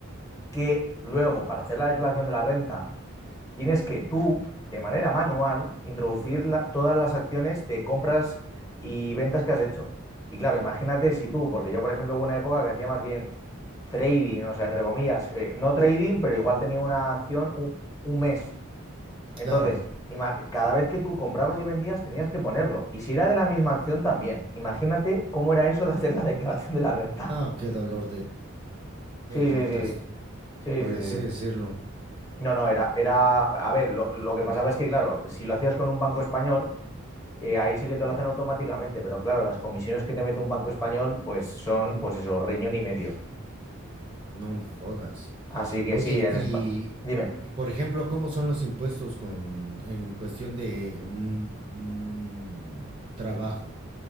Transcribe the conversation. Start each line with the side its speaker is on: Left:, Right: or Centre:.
Left: que luego, para hacer la declaración de la renta, tienes que tú, de manera manual, introducir la- todas las acciones de compras y ventas que has hecho. Y claro, imagínate si tú, porque yo, por ejemplo, hubo una época que hacía más bien trading, o sea, entre comillas, eh, no trading, pero igual tenía una acción un, un mes. Entonces,
Right: Claro.
Left: cada vez que tú comprabas y vendías, tenías que ponerlo. Y si era de la misma acción, también. Imagínate cómo era eso de hacer la declaración de la renta.
Right: No, qué dolor de pelotas,
Left: Sí, sí, sí. Sí,
Right: por
Left: sí, sí.
Right: así decirlo.
Left: sí. No, no, era, era, a ver, lo, lo que pasaba es que, claro, si lo hacías con un banco español, eh, ahí sí que
Right: Ujú.
Left: te lo hacen automáticamente, pero claro, las comisiones que te mete un banco español, pues son, pues eso, riñón y medio.
Right: No jodas.
Left: Así que
Right: Oye,
Left: sí, en
Right: y,
Left: España. Dime.
Right: y por ejemplo, ¿cómo son los impuestos con, en cuestión de un, un trabajo